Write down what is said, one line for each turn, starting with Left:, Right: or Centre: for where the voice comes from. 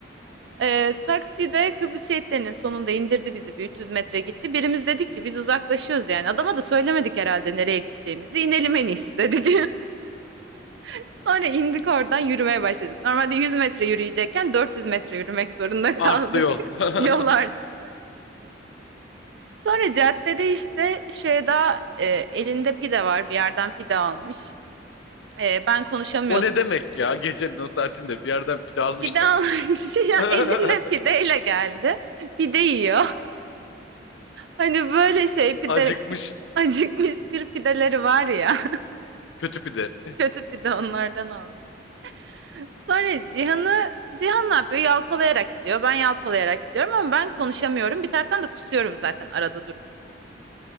Right: Eee, takside Kıbrıs şehitlerinin sonunda indirdi bizi. Bir 300 metre gitti. Birimiz dedik ki biz uzaklaşıyoruz yani. Adama da söylemedik herhalde nereye gideceğimizi. İnelim en iyisi dedik. <laughs> Sonra indik oradan yürümeye başladık. Normalde 100 metre yürüyecekken 400 metre yürümek zorunda
Left: <laughs>
Right: kaldık.
Left: Arttı yol. <laughs>
Right: <laughs> Yol arttı. Sonra caddede işte Şeyda e, elinde pide var. Bir yerden pide almış. E, ben konuşamıyordum.
Left: O ne demek ya? Gecenin o saatinde bir yerden pide almış
Right: Pide
Left: da.
Right: almış. <laughs>
Left: <laughs>
Right: Ya elinde pideyle geldi. Pide yiyor. Hani böyle şey pide
Left: Acıkmış
Right: <laughs> acıkmış kır pideleri var ya.
Left: kötü pide.
Right: <laughs> Kötü pide onlardan almış. Sonra Cihan'ı Cihan ne yapıyor? Yalpalayarak gidiyor. Ben yalpalayarak gidiyorum ama ben konuşamıyorum. Bir taraftan da kusuyorum zaten arada durup.